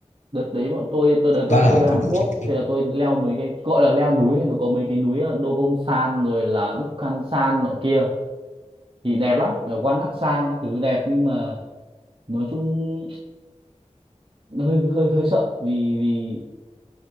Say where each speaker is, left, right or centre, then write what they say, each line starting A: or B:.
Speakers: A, on the right (about 45°); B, on the left (about 85°).
A: đợt đấy bọn tôi tôi đợt
B: đó
A: tôi
B: là
A: tôi về Hàn
B: con đường
A: Quốc
B: trekking
A: thì là tôi leo mấy cái gọi là leo núi đấy nó có mấy cái núi ờ, Dobongsan rồi là Bukhansan nọ kia thì đẹp lắm Rồi Wannacsan các thứ đẹp nhưng mà nói chung hơi hơi hơi sợ vì vì